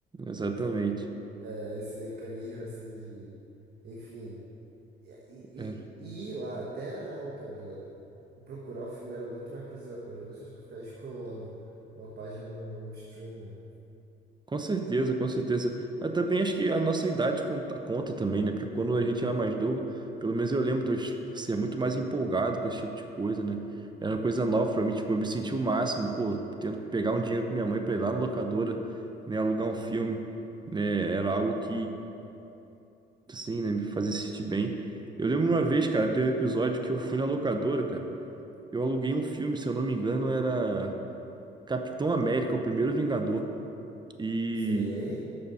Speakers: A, on the right (about 20°); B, on the right (about 55°).
A: Exatamente.
B: Então, é, esse mecanismo assim de. Enfim. E,
A: É.
B: e- e ir lá até a locadora procurar o filme era muito mais prazeroso do que ficar scrollando uma página no, no stream, né?
A: Com certeza, com certeza. Mas também acho que a nossa idade conta, conta também, né? Porque quando a gente era mais novo, pelo menos eu lembro de eu ser muito mais empolgado com esse tipo de coisa, né? Era uma coisa nova pra mim, tipo, eu me senti o máximo, pô, tendo que pegar um dinheiro com minha mãe pra ir lá na locadora, né, alugar um filme, né? Era algo que, assim, né, me fazia sentir bem. Eu lembro uma vez, cara, de um episódio que eu fui na locadora, cara. Eu aluguei um filme, se eu não me engano, era Capitão América, o Primeiro Vingador. E.
B: Sei.